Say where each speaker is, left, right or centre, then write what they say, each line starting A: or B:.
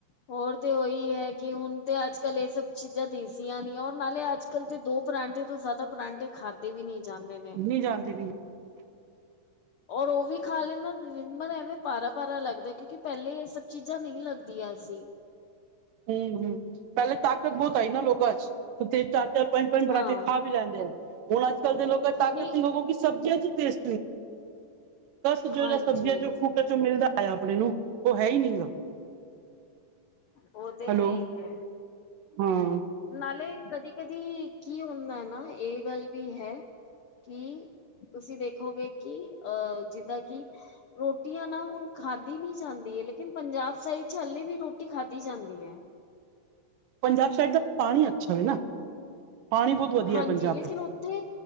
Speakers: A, on the left; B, on the right.
A: ਹੋਰ 'ਤੇ ਉਈ ਹੈ ਕਿ ਹੁਣ 'ਤੇ ਅੱਜ-ਕੱਲ ਇਹ ਸਭ ਚੀਜ਼ਾਂ ਦਿਸਦੀਆਂ ਨੀ ਔਰ ਨਾਲੇ ਅੱਜ-ਕੱਲ੍ਹ 'ਤੇ ਦੋ ਪਰਾਂਠੇ ਤੋਂ ਜ਼ਿਆਦਾ ਪਰਾਂਠੇ ਖਾਧੇ ਵੀ ਨੀ ਜਾਂਦੇ ਨੇ।
B: ਨੀ ਜਾਂਦੀ ਨੀ।
A: ਔਰ ਉਹ ਵੀ ਖਾ ਲੈ ਨਾ ਮਨ ਐਵੇਂ, ਪਾਰਾ-ਪਾਰਾ ਲੱਗਦਾ ਕਿਉਂਕਿ ਪਹਿਲੇ ਏ ਸ ਚੀਜ਼ਾਂ, ਨਈ ਲੱਗਦੀਆਂ ਸੀ।
B: ਹੂੰ-ਹੂੰ ਪਹਿਲੇ ਤਾਕਤ ਬੋਤ ਆਈ ਨਾ ਲੋਕਾਂ 'ਚ ਉਤੀ ਚਾਰ, ਪੰਜ-ਪੰਜ ਪਰਾਂਠੇ
A: ਹਾਂ
B: ਖਾ ਵੀ ਲੈਂਦੇ ਐ, ਹੁਣ ਅੱਜ-ਕੱਲ੍ਹ ਦੇ ਲੋਕ ਤਾਕਤ
A: ਨਹੀਂ
B: ਇਨ ਲੋਗੋਂ ਕਿ ਸਬਜ਼ੀਆਂ 'ਚ ਈ ਦਿਸ ਤਸ ਜੇੜਾ
A: ਹਾਂਜੀ
B: ਸਬਜ਼ੀਆਂ ਚੋਂ, ਫਰੂਟਾਂ ਚੋਂ, ਮਿਲਦਾ ਆ ਆਪਣੇ ਨੂੰ ਉਹ ਹੈ ਈ ਨੀ ਗਾ।
A: ਉਹ 'ਤੇ
B: ਹੈਲੋ
A: ਹੈ ਈ ਹੈ।
B: ਹਾਂ।
A: ਨਾਲੇ ਕਦੀ-ਕਦੀ ਕੀ ਹੁੰਦਾ ਨਾ ਇਹ ਗੱਲ ਵੀ ਹੈ। ਕਿ, ਤੁਸੀਂ ਦੇਖੋਗੇ ਕਿ ਅਹ ਜਿੱਦਾਂ ਕਿ ਰੋਟੀਆਂ ਨਾ, ਹੁਣ ਖਾਧੀ ਨੀ ਜਾਂਦੀ ਏ ਲੇਕਿਨ ਪੰਜਾਬ ਸਾਈਡ 'ਚ ਹਲੇੇ ਵੀ ਰੋਟੀ ਖਾਧੀ ਜਾਂਦੀ ਐ।
B: ਪੰਜਾਬ ਸਾਈਡ ਦਾ ਪਾਣੀ ਅੱਛਾ ਵੇ ਨਾ। ਪਾਣੀ ਬਹੁਤ ਵਧੀਆ
A: ਹਾਂਜੀ,
B: ਪੰਜਾਬ
A: ਲੇਕਿਨ
B: ਦਾ
A: ਉੱਥੇ